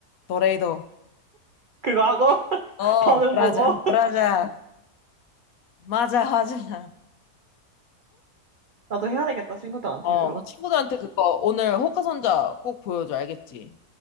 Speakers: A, on the left; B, on the right.
A: 도레이도.
B: 그거 하고 <laughs>
A: 어,
B: 반응
A: 브라자,
B: 보고
A: 브라자. 맞아, 맞아.
B: 나도 해야 되겠다 친구들한테
A: 어,
B: 그거.
A: 나 친구들한테 그거 오늘 호카손자 꼭 보여줘, 알겠지?